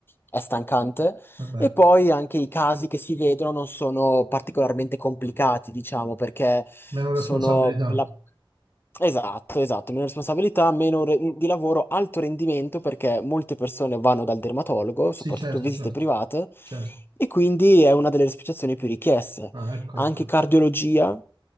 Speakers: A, on the left (about 25°); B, on the right (about 55°).
A: è stancante.
B: vabbè,
A: E poi anche i casi che si vedono non sono particolarmente complicati, diciamo, perché
B: meno responsabilità.
A: sono la... Esatto, esatto, meno responsabilità, meno re- mhmm, di lavoro, alto rendimento perché molte persone vanno dal dermatologo, soprattutto
B: Sì, certo,
A: visite
B: certo,
A: private,
B: certo.
A: e quindi è una delle specializzazioni più richieste.
B: Ah, ecco,
A: Anche
B: ecco.
A: cardiologia